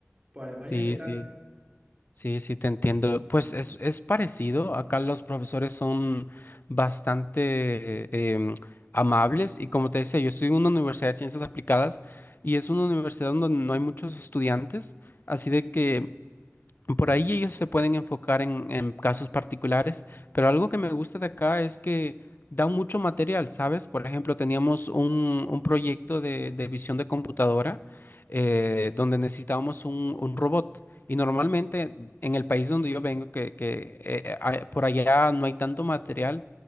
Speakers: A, on the right; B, on the left.
A: Por Alemania,
B: Sí,
A: ¿qué tal?
B: sí. Sí, sí, te entiendo. Pues es, es parecido. Acá los profesores son bastante em, amables y como te decía, yo estoy en una universidad de ciencias aplicadas y es una universidad donde no hay muchos estudiantes, así de que por ahí ellos se pueden enfocar en, en casos particulares, pero algo que me gusta de acá es que dan mucho material, ¿sabes? Por ejemplo, teníamos un, un proyecto de, de visión de computadora eh, donde necesitábamos un, un robot. Y normalmente en el país donde yo vengo, que, que eh, hay- por allá no hay tanto material,